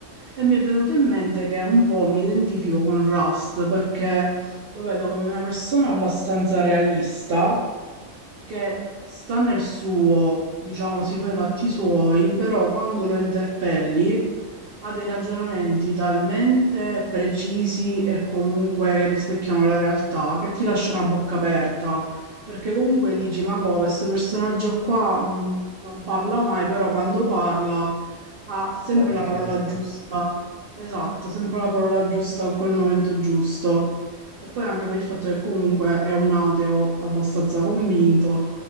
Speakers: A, on the right (about 60°); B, in the centre.
A: E mi è venuto in mente che un po' mi identifico con Rust perché lo vedo come una persona abbastanza realista che sta nel suo, diciamo, si fa i fatti suoi, però quando lo interpelli ha dei ragionamenti talmente precisi e comunque che rispecchiano la realtà che ti lasciano a bocca aperta, perché comunque dici, ma come, questo personaggio qua mh, non parla mai, però quando parla ha sempre
B: la dice
A: la parola
B: giusto.
A: giusta. Esatto, sempre la parola giusta a quel momento giusto. E poi anche per il fatto che comunque è un ateo abbastanza convinto,